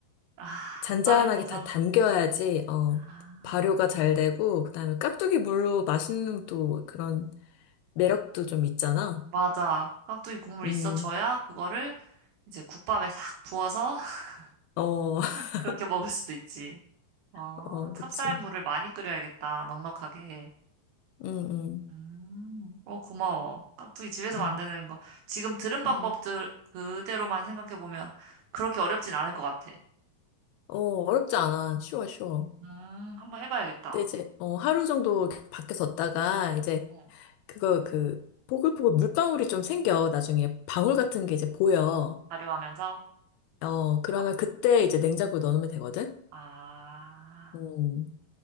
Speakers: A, on the right; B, on the left.
A: 아,
B: 잔잔하게
A: 떨어져서.
B: 다 담겨야지, 어,
A: 아,
B: 발효가 잘 되고, 그다음에 깍두기 물로 맛있는 또 그런 매력도 좀 있잖아.
A: 맞아. 깍두기 국물
B: 음,
A: 있어줘야 그거를 이제 국밥에 싹 부어서 <laughs>
B: 어, <laughs>
A: 그렇게 먹을 수도 있지. 아,
B: 어,
A: 찹쌀물을
B: 그치.
A: 많이 끓여야겠다. 넉넉하게.
B: 음, 음,
A: 음, 어, 고마워. 깍두기 집에서
B: 음,
A: 만드는 거. 지금 들은 방법들
B: 음.
A: 그대로만 생각해보면 그렇게 어렵진 않을 것 같아.
B: 어, 어렵지 않아. 쉬워, 쉬워.
A: 음, 한번 해봐야겠다.
B: 근데 이제, 어, 하루 정도 이렇게 밖에 뒀다가, 이제,
A: 응,
B: 그거, 그, 보글보글 물방울이 좀 생겨. 나중에 방울 같은 게 이제 보여.
A: 발효하면서.
B: 어, 그러면
A: 어,
B: 그때 이제 냉장고에 넣어놓으면 되거든?
A: 아,
B: 음,